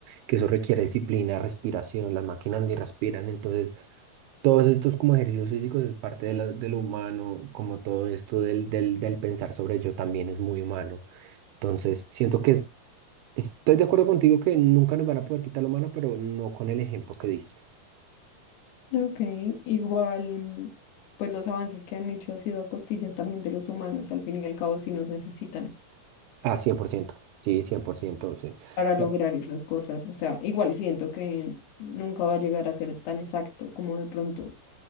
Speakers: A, on the right; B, on the left.
A: que eso requiere disciplina, respiración, las máquinas ni respiran, entonces todos estos como ejercicios físicos es parte de, la- de lo humano, como todo esto del, del, del pensar sobre yo también es muy humano. Entonces, siento que es- estoy de acuerdo contigo que nunca nos van a poder quitar lo humano, pero no con el ejemplo que diste.
B: Ok, igual, mm, pues los avances que han hecho ha sido a costillas también de los humanos, al fin y al cabo sí nos necesitan
A: Ah, 100% sí, 100% sí.
B: para lograr
A: Ya,
B: esas cosas, o sea, igual siento que nunca va a llegar a ser tan exacto como de pronto